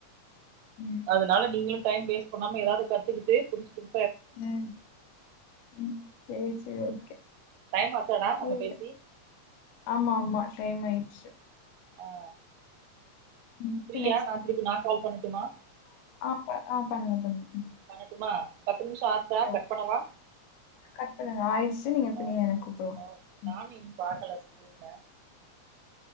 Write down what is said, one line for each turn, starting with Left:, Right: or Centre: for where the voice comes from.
Left: ம்.
Right: அதுனால நீங்களு டைம் வேஸ்ட் பண்ணாம ஏதாவது கத்துக்கிட்டு புதுஸ்புதுஸ்
Left: ம் ம் சேரி சேரி ஓகே
Right: டைம் ஆச்சாடா
Left: <unintelligible>
Right: நம்ம பேசி
Left: ஆமா ஆமா டைம் ஆய்ச்சு
Right: ஆ
Left: ம்.
Right: ஃப்ரீயா
Left: சரி
Right: நா திருப்பி நா கால் பண்ணட்டுமா
Left: அ ப அ பண்ணுங்க பண்ணுங்க
Right: பண்ணட்டுமா பத்து நிமிஷொ ஆச்சா
Left: ஓகே, ஓகே.
Right: கட் பண்ணவா
Left: கட் பண்ணுங்க ஆய்றுச்சு நீங்க இப்ப நீங்க
Right: ஓகே
Left: எனக்கு கூப்பலாம்
Right: ஓகே நானும்
Left: ம்
Right: இன்னும் <unintelligible>